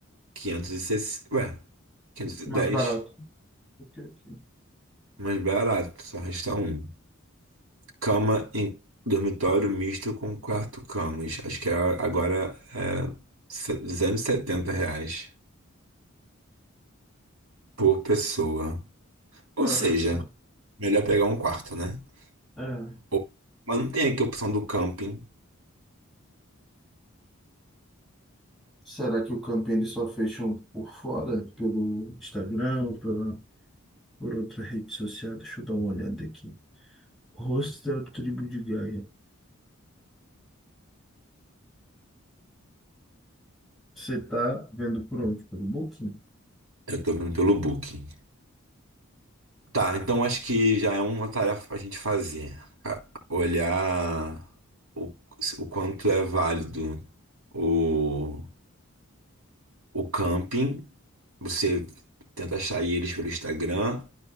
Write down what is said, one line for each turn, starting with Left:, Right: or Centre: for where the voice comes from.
Right: 560. Ué, 510.
Centre: É mais barato do que aqui.
Right: Mais barato, só resta um. Cama em dormitório misto com quarto camas. Acho que é- agora é se- 270 reais por pessoa. Ou
Centre: Eu
Right: seja,
Centre: acho que é.
Right: melhor pegar um quarto, né?
Centre: É.
Right: Ou- Mas não tem aqui a opção do camping.
Centre: Será que o camping eles só fecham por fora? Pelo Instagram, pela, por outra rede social? Deixa eu dar uma olhada aqui. Hostel Tribo de Gaia. Você tá vendo por onde? Pelo Booking?
Right: Eu tô vendo pelo Booking. Tá, então acho que já é uma tarefa pra gente fazer. A- Olhar o, o quanto é válido o, o camping. Você tenta achar eles pelo Instagram.